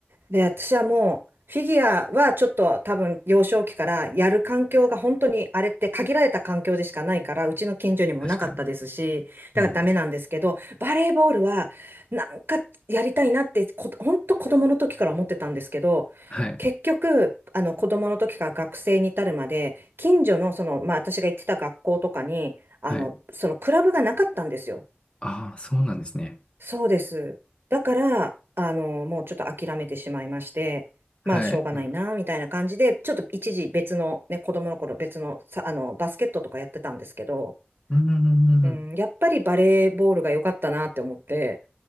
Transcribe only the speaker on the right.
で、私はもう、フィギュアはちょっと多分幼少期からやる環境が本当にあれって限られた環境でしかないから、うちの近所にもなかったですし、
だからダメなんですけど、
バレーボールはなんかやりたいなってこ、本当子供の時から思ってたんですけど、
結局、あの子供の時から学生に至るまで、近所のその、まあ私が行ってた学校とかに、あの、
そのクラブがなかったんですよ。
そうです。だから、あの、もうちょっと諦めてしまいまして、
まあ、しょうがないな、
みたいな感じで、ちょっと一時別の、ね、子供の頃別の、さ、あの、バスケットとかやってたんですけど、
うん、やっぱりバレーボールが良かったなって思って、